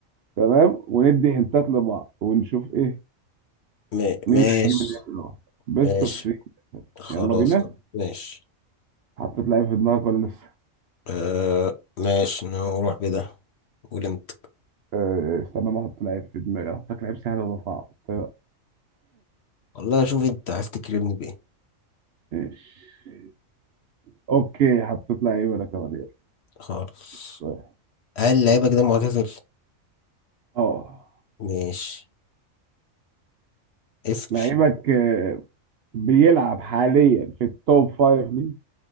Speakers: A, on the right; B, on the left.
A: تمام وندي هنتات لبعض ونشوف إيه
B: ما-
A: مين
B: ماشي
A: اللي هيجيب اللعيب الأول. بيست
B: ماشي
A: أوف 3
B: خلاص
A: يلا بينا
B: ماشي
A: حطيت لعيب في دماغك ولا لسه؟
B: آه ماشي نروح بده قول انت
A: آه... استنى ما أحط لعيب في دماغي أحطك لعيب سهل ولا صعب؟ طيب
B: والله شوف انت عايز تكرمني بايه
A: ماشي أوكي حطيت لعيب أنا كمان يلا
B: خالص
A: سؤال
B: هل لعيبك ده معتزل
A: أه
B: ماشي اسأل
A: لعيبك آه، بيلعب حاليا في التوب فايف ليج